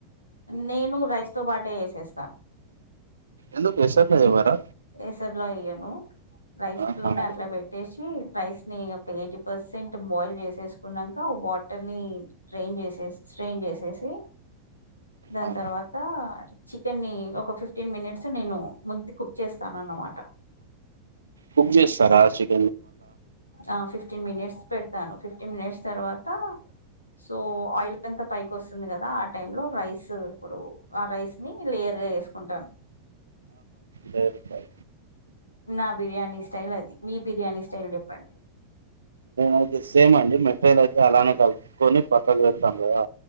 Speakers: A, on the left; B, on the right.
A: నేను రైస్ తో పాటే వేసేస్తా
B: ఎందుకు ఎసార్ల ఎవారా
A: ఎసర్లు వేయను రైస్
B: ఆహా
A: లోనే అట్లా పెట్టేసి రైస్ ని ఒక ఎయిటీ పర్సెంట్ బాయిల్ చేసేసు కున్నాక వాటర్ ని డ్రైన్ చేసే స్ట్రైన్ చేసేసి దాని
B: ఆ
A: తర్వాత చికెన్ ని ఒక ఫిఫ్టీన్ మినిట్స్ నేను ముందు కుక్ చేస్తానన్నమాట
B: కుక్ చేస్తారా చికెన్
A: ఆ ఫిఫ్టీన్ మినిట్స్ పెడతాను ఆ ఫిఫ్టీన్ మినిట్స్ తర్వాత సో ఆయిల్ ఎంత పైకి వస్తుంది కదా ఆ టైం లో రైస్ ఇప్పుడు ఆ రైస్ ని లేయర్ గా వేసుకుంటాను
B: లేయర్ పై
A: నా బిర్యానీ స్టైల్ అది మీ బిర్యానీ స్టైల్ చెప్పండి
B: అయితే సేమ్ అండి మిఠైలు అయితే అలానే కలుపుకొని పక్కకు పెడతాం కదా